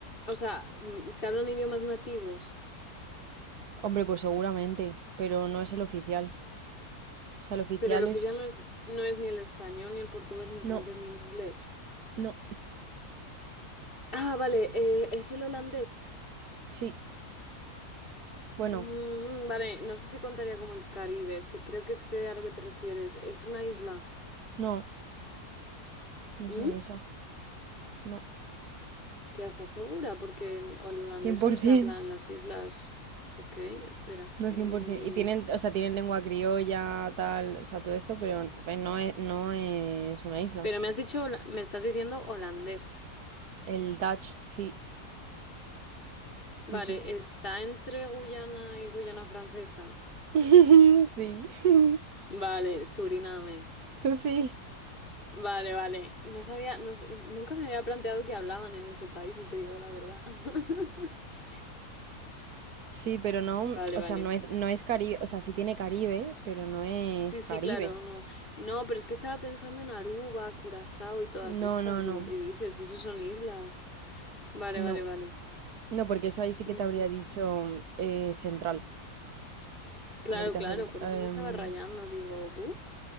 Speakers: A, on the left (about 35°); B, on the right (about 75°).
A: o sea, mm, se hablan idiomas nativos,
B: Hombre, pues seguramente, pero no es el oficial. O sea, el oficial
A: pero el oficial
B: es...
A: no es, no es ni el español, ni el portugués, ni el
B: No,
A: francés, ni el inglés.
B: no,
A: Ah, vale, eh, es el holandés.
B: sí. Bueno,
A: Mm, vale, no sé si contaría como el Caribe. se- Creo que sé a lo que te refieres. Es una isla.
B: no, no
A: ¿Mm?
B: es una isla. No,
A: Tía, ¿estás segura? Porque en el holandés
B: 100%.
A: solo se habla en las islas. Ok, espera.
B: No,
A: eh,
B: 100%. Y tienen, o sea, tienen lengua criolla, tal, o sea, todo esto, pero eh, no es, no es una isla.
A: Pero me has dicho, hola- me estás diciendo holandés.
B: El Dutch, sí, sí,
A: Vale,
B: sí.
A: está entre Guyana y Guyana Francesa.
B: <laughs> Sí, <laughs>
A: Vale, Suriname.
B: sí,
A: Vale, vale. No sabía, no s- nunca me había planteado que hablaban en ese país, si te digo la verdad. <laughs>
B: sí, pero no,
A: Vale,
B: o
A: vale.
B: sea, no es, no es Caribe, o sea, sí tiene Caribe, pero no es
A: Sí, sí,
B: Caribe.
A: claro, no. No, pero es que estaba pensando en Aruba, Curazao y todas
B: No,
A: estas.
B: no, no,
A: Digo, ¿qué dices? Si esos son islas. Vale,
B: no,
A: vale, vale.
B: no, porque eso ahí sí
A: Ujú.
B: que te habría dicho eh, central.
A: Claro,
B: América
A: claro,
B: Central.
A: por
B: em,
A: eso me estaba rayando. Digo, "Bu,